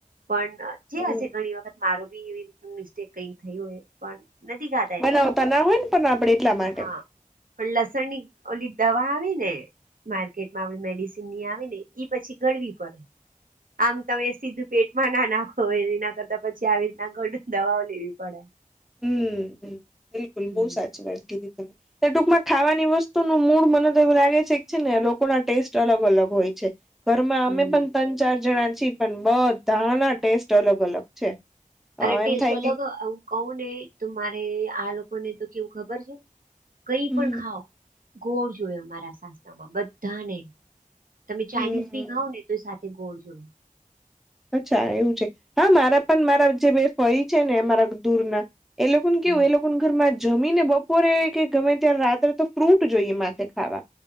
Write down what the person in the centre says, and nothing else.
હમ
બનાવતા
ના હોય ને પણ આપડે એટલા માટે
હમ બિલકુલ
બહુ સાચી વાત કીધી હતી એ ટૂંકમાં ખાવાની વસ્તુ ન મૂડ મને તો એવું લાગે છે, છે ને લોકો ના ટેસ્ટ અલગ અલગ હોય છે. ઘરમાં અમે
પણ ત્રણ ચાર જણા છીએ પણ બધ ધાના ટેસ્ટ અલગ અલગ છે.
અ એમ થાય
કે
હમ્મ
હમ્મ.
અચ્છા એવું છે, હા મારા પણ મારા જે બે ફરી છે ને મારા દૂર ના એ લોકોકન કેવ
એ લોકોકન ઘરમાં જમીને બપોરે કે ગમે ત્યારે રાત્રે તો ફ્રૂટ જોઈએ માથે ખાવા